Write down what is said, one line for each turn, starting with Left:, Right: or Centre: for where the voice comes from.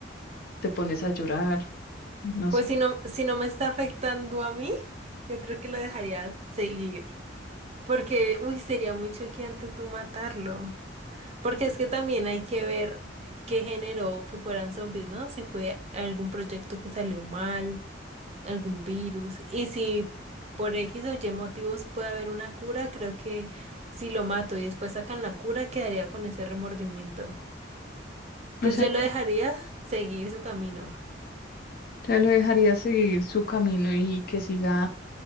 Left: ¿Te pones a llorar? No
Right: Pues
Left: sé.
Right: si no, si no me está afectando a mí, yo creo que lo dejaría seguir. Porque, uy, sería muy choqueante tú matarlo. Porque es que también hay que ver qué generó que fueran zombies, ¿no? Si fue algún proyecto que salió mal, algún virus. Y si por X o Y motivos puede haber una cura, creo que si lo mato y después sacan la cura, quedaría con ese remordimiento. Entonces
Left: O sea,
Right: yo lo
Left: que
Right: dejaría seguir su camino.
Left: ya lo dejarías seguir su camino y que siga